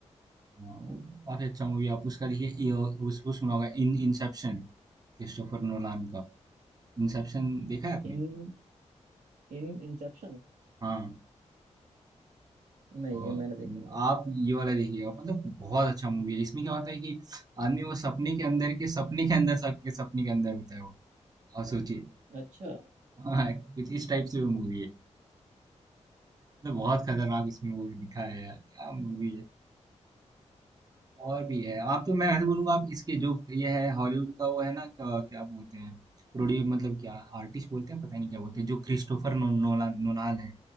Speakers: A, on the right (about 30°); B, on the right (about 80°).
A: हाँ, वो काफी अच्छा मूवी है आप उसका देखिए ये- उस वो सुना होगा इन इंसेप्शन क्रिस्टोफर नोलान का इंसेप्शन देखा है आपने
B: इन इन इंसेप्शन
A: हाँ
B: नहीं
A: और
B: ये मैंने देखी नहीं अभी
A: आप ये वाला देखिएगा मतलब बहुत अच्छा मूवी है इसमें क्या होता है कि आदमी वो सपने के अंदर के सपने के अंदर सबके सपने के अंदर होता है वो आप सोचिए
B: अच्छा
A: हाँ कुछ इस टाइप से वो मूवी है मतलब बहुत खतरनाक उसमें वो दिखा है यार क्या मूवी
B: हम्म,
A: है और भी है आप तो मैं तो बोलूंगा आप इसके जो ये है हॉलीवुड का वो है ना क्या, क्या बोलते हैं प्रोड्यूस मतलब क्या आर्टिस्ट बोलते हैं पता नहीं क्या बोलते हैं जो क्रिस्टोफर नो, नोला नोलान है